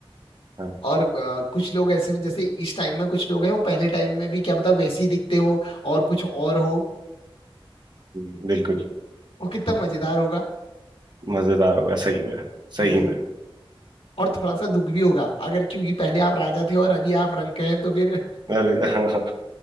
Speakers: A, on the right; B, on the left.
A: हाँ
B: और अ, कुछ लोग ऐसे हैं जैसे इस टाइम में कुछ लोग हैं वो पहले टाइम में भी क्या पता वैसे ही दिखते हो और कुछ और हो
A: हम्म, बिल्कुल
B: वो कितना मजेदार होगा
A: मजेदार होगा सही में सही
B: वही
A: में
B: और थोड़ा सा दुख भी होगा अगर क्योंकि पहले आप राजा थे और अभी आप रंक हैं तो फिर अ,
A: अरे <laughs>